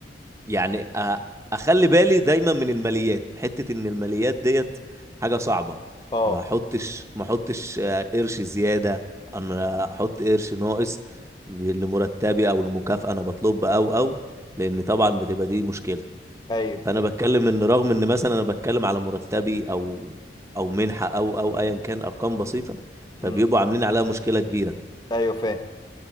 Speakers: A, on the right; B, on the left.
A: يعني أ... اخلي بالي دايما من الماليات حته ان الماليات ديت حاجه صعبه
B: اه
A: ما احطش ما احطش آه، قرش زياده انا احط قرش ناقص لمرتبي او لمكافأة انا بطلب او او لان طبعا بتبقى دي مشكله
B: ايوه
A: فانا بتكلم ان رغم ان مثلا انا بتكلم على مرتبي او او منحه او او ايا كان ارقام بسيطه
B: امم
A: فبيبقوا عاملين عليها مشكله كبيره
B: ايوه فاهم